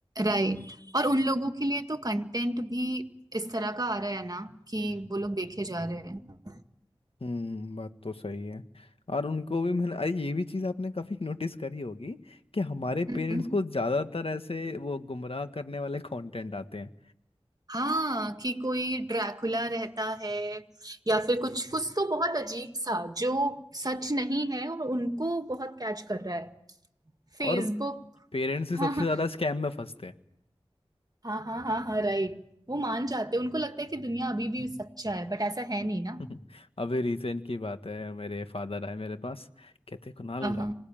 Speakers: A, on the right; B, on the left.
A: राइट और उन लोगों के लिए तो कंटेंट भी इस तरह का आ रहा है ना कि वो लोग देखे जा रहे हैं
B: हम्म बात तो सही है और उनको भी मैंने अरे ये भी चीज़ आपने काफ़ी <laughs> नोटिस करी होगी कि हमारे
A: हम्म
B: पेरेंट्स को ज़्यादातर ऐसे वो गुमराह करने वाले कंटेंट आते हैं
A: हाँ कि कोई ड्रैकुला रहता है या फिर कुछ कुछ तो बहुत अजीब सा जो सच नहीं है और उनको बहुत कैच कर रहा है फेसबुक
B: और पेरेंट्स ही सबसे
A: हाँ हाँ
B: ज़्यादा स्कैम में फंसते हैं
A: हाँ हाँ हाँ हाँ राइट वो मान जाते हैं उनको लगता है कि दुनिया अभी भी सच्चा है बट ऐसा है
B: हाँ।
A: नहीं ना
B: <laughs> अभी रिसेंट की बात है मेरे फादर आए मेरे पास कहते कुणाल
A: हाँ हाँ